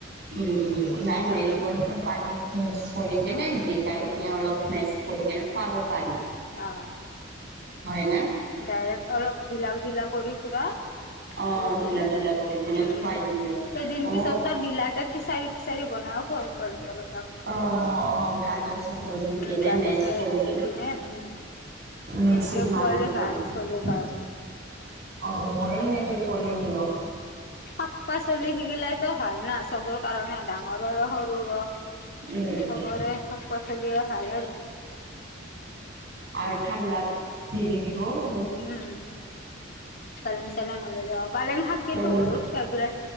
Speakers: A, on the right (about 55°); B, on the left (about 50°).
A: উম উম নাই মেৰি গলটো পানীত মিক্স কৰি কিনি কেনে দিম। শিকাই
B: উম
A: কিনে অলপ মেস কৰি কেনে খুৱাব পাৰি।
B: অ'।
A: হয় ন।
B: ডাইৰেক্ট অলপ ঢিলা ঢিলা কৰি পুৰা <unintelligible>
A: অ', ঢিলা ঢিলা কৰি কেনে
B: উম,
A: খুৱাই দিম ৰ।
B: কেই দিন
A: মই
B: পিছত তাৰ বিলাদে কিচাৰী তিচাৰি বন খোৱাল
A: অ' অ' গাজৰ চাজৰ দি
B: উম
A: কেনে
B: গাজৰ
A: মেচ
B: চাজৰ
A: কৰি
B: দি
A: কেনে
B: কিনে উম
A: মিক্সিত
B: সেনেকে খোৱালে
A: মাৰি কিনে।
B: ভাল
A: <unintelligible>
B: চলিৰ কাৰণে
A: অ' মইও এতিয়া কৰিম আৰু।
B: শাক পাচলি সিগিলাই তো ভাল ন চব কাৰণে ডাঙৰৰ ৰ সৰু ৰ।
A: উম,
B: সবৰে
A: উম,
B: শাক পাচলিএই ভাল আৰু।
A: আৰু ঠাণ্ডাত, হেৰি দিব বহ
B: উম, পালেং চালেং ওলাই যাব, পালং শাক কিন্তু
A: পনীৰ
B: বহুত ফেভৰেট,